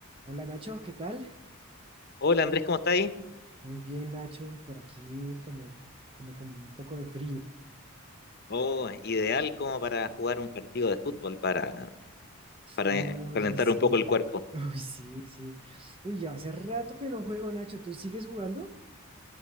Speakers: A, on the right; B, on the left.
A: Hola Nacho, ¿qué tal?
B: Hola Andrés, ¿cómo estáis?
A: Muy bien Nacho, por aquí como, como, como un poco de frío.
B: Oh, ideal como para jugar un partido de fútbol, para, para
A: Oye,
B: eh, calentar
A: sí.
B: un poco el cuerpo.
A: <laughs> Uy, sí, sí. Uy, ya hace rato que no juego Nacho, ¿tú sigues jugando?